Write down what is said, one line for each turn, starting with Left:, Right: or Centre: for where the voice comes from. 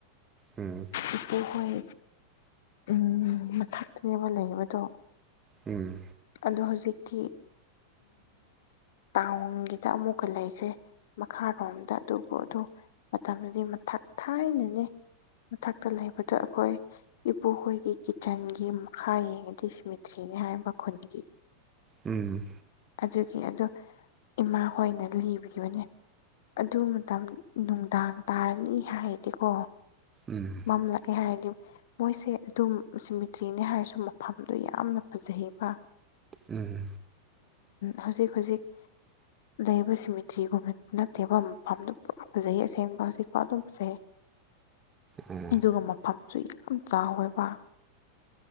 Right: ꯎꯝ
Left: ꯏꯄ ꯍꯣꯏ ꯎꯝ ꯃꯊꯛꯇꯅꯦꯕ ꯂꯩꯕꯗꯣ
Right: ꯎꯝ
Left: ꯑꯗꯣ ꯍꯧꯖꯤꯛꯇꯤ ꯇꯥꯎꯟꯒꯤꯗ ꯑꯃꯨꯛꯀ ꯂꯩꯈ꯭ꯔꯦ ꯃꯈꯥꯔꯣꯝꯗ ꯑꯗꯨꯕꯨ ꯑꯗꯨ ꯃꯇꯝꯗꯨꯗꯤ ꯃꯊꯛ ꯊꯥꯏꯅꯅꯦ ꯃꯊꯛꯇ ꯂꯩꯕꯗꯣ ꯑꯩꯈꯣꯏ ꯏꯄꯨꯍꯣꯏꯒꯤ ꯀꯤꯠꯆꯟꯒꯤ ꯃꯈꯥ ꯌꯦꯡꯉꯗꯤ ꯁꯃꯤꯇ꯭ꯔꯤꯅꯤ ꯍꯥꯏ ꯃꯈꯟꯒꯤ
Right: ꯎꯝ
Left: ꯑꯗꯨꯒꯤ ꯑꯗꯣ ꯏꯃꯥ ꯍꯣꯏꯅ ꯂꯤꯈꯤꯕꯅꯤ ꯑꯗꯨ ꯃꯇꯝ ꯅꯨꯡꯗꯥꯡ ꯇꯥꯔꯅꯤ ꯍꯥꯏꯔꯗꯤꯀꯣ
Right: ꯎꯝ
Left: ꯐꯝꯂꯛꯑꯦ ꯍꯥꯏꯔꯗꯤ ꯃꯣꯏꯁꯦ ꯑꯗꯨꯝ ꯁꯤꯃꯤꯇ꯭ꯔꯤꯅꯦ ꯍꯥꯏꯔꯁꯨ ꯃꯐꯝꯗꯣ ꯌꯥꯝꯅ ꯐꯖꯩꯕ
Right: ꯎꯝ
Left: ꯍꯧꯖꯤꯛ ꯍꯧꯖꯤꯛ ꯂꯩꯕ ꯁꯤꯃꯤꯇ꯭ꯔꯤꯒꯨꯝꯕ ꯅꯠꯇꯦꯕ ꯃꯐꯝꯗꯨ ꯄꯨꯔꯥ ꯐꯖꯩ ꯑꯁꯦꯡꯕ ꯍꯧꯖꯤꯛꯀꯥꯎ ꯑꯗꯨꯝ ꯐꯖꯩ
Right: ꯎꯝ
Left: ꯑꯗꯨꯒ ꯃꯐꯝꯁꯨ ꯌꯥꯝ ꯆꯥꯎꯋꯦꯕ